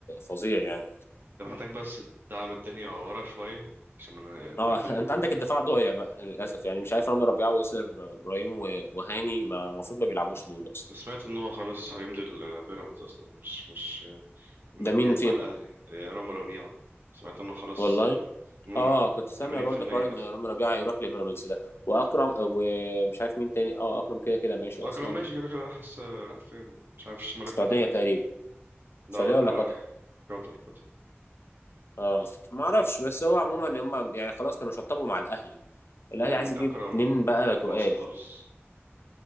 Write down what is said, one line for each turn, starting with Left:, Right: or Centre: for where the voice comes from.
Left: فظيع يعني
Right: انت محتاج بس تدعم الدنيا ورا شويه عشان ما نقبل
Left: اه <laughs> انت عندك الدفاع ضايع بقى للاسف يعني مش عارف رامي ربيعه وياسر ابراهيم و- وهاني ما المفروض ما بيلعبوش دول اصلا
Right: انا سمعت ان هو خلاص هيمضي البيراميدز اصلا مش مش ماديات
Left: ده مين فيهم
Right: مع الاهلي اه، رامي ربيعه سمعت انه خلاص
Left: والله
Right: اه، امم
Left: اه كنت سامع
Right: 80%
Left: برضو حوار
Right: مثلا
Left: ان رامي ربيعه هيروح لبيراميدز ده واكرم ومش عارف مين تاني اه اكرم كده كده ماشي
Right: اكرم
Left: اصلا
Right: ماشي كده كده راح حس راح فين مش عارف الشمال
Left: السعوديه
Right: القطري حاجه
Left: تقريبا
Right: زي كده لا
Left: السعوديه
Right: لا راح
Left: ولا قطر
Right: قطر قطر
Left: اه ما اعرفش بس هو عموما هم يعني خلاص كانوا شطبوا مع الاهلي الاهلي
Right: امم
Left: عايز يجيب
Right: أكرم
Left: اتنين بقى تقال
Right: باظ خالص